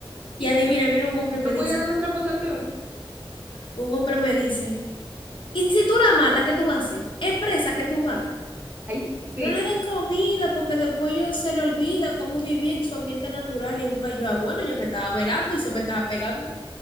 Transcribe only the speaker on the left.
Y
adivina,
mira, un hombre me
dice,
un hombre me dice, ¿y si tú la matas, qué tú vas a hacer? ¿Es presa que tú vas?
No le den comida porque después ellos se le olvida cómo vivir en su ambiente natural y busca yo, ah, bueno, yo me estaba velando y se me estaba pegando.